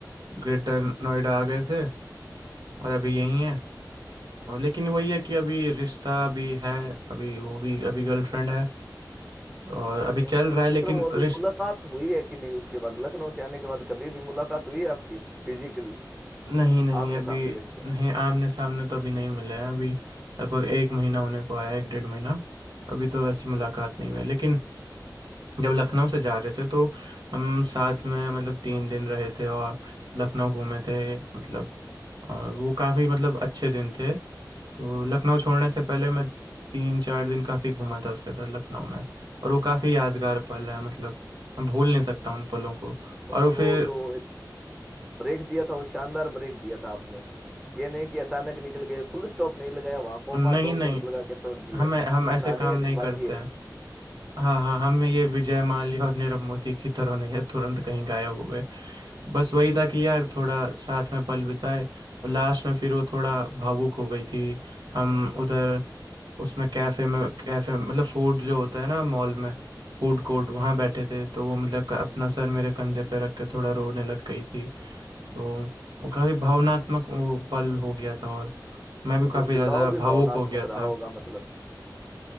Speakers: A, on the right; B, in the centre.
A: ग्रेटर नोएडा आ गए थे और अभी यही है और लेकिन वही है कि अभी रिश्ता भी है अभी वो भी अभी गर्लफ्रेंड है और अभी
B: नहीं मतलब
A: चल रहा
B: मैं
A: है लेकिन
B: पूछ रहा हूँ अभी
A: रिश्ता
B: मुलाकात हुई है कि नहीं उसके बाद लखनऊ से आने के बाद कभी भी मुलाकात हुई है आपकी फिजिकल
A: नहीं नहीं
B: आमने
A: अभी
B: सामने बैठ के
A: नहीं आमने सामने तो अभी नहीं मिले हैं अभी लगभग एक महीना होने को आया एक डेढ़ महीना अभी तो ऐसी मुलाकात नहीं हुई है। लेकिन जब लखनऊ से जा रहे थे तो हम साथ में मतलब तीन दिन रहे थे और लखनऊ घूमे थे मतलब और वो काफ़ी मतलब अच्छे दिन थे तो लखनऊ छोड़ने से पहले मैं तीन चार दिन काफ़ी घूमा था उसके साथ लखनऊ में और वो काफ़ी यादगार पल है मतलब मैं भूल नहीं सकता उन पलों को
B: मतलब
A: और वो फिर
B: वो जो एक ब्रेक दिया था वो शानदार ब्रेक दिया था आपने ये नहीं कि अचानक निकल गए फुल स्टॉप नहीं लगाया वहां कोमा
A: नहीं
B: डॉट
A: नहीं
B: डॉट लगा के छोड़ दिए
A: हम हम
B: कि
A: ऐसे
B: कहानी
A: काम
B: अभी
A: नहीं करते
B: बाकी है
A: हैं हाँ हाँ हम ये विजय माल्या और नीरव मोदी की तरह नहीं है तुरंत कहीं गायब हो गए बस वही था कि यार थोड़ा साथ में पल बिताए और लास्ट में फिर वो थोड़ा भावुक हो गई थी हम उधर उसमें कैफे में कैफे मतलब फूड जो होता है ना मॉल में फूड कोर्ट वहाँ बैठे थे तो वो मतलब अपना सर मेरे कंधे पे रख के थोड़ा रोने लग गई थी तो वो काफी भावनात्मक वो पल हो गया था और मैं भी
B: मतलब
A: काफी ज्यादा
B: जुड़ाव भी
A: भावुक
B: भावनात्मक
A: हो गया
B: रहा
A: था
B: होगा मतलब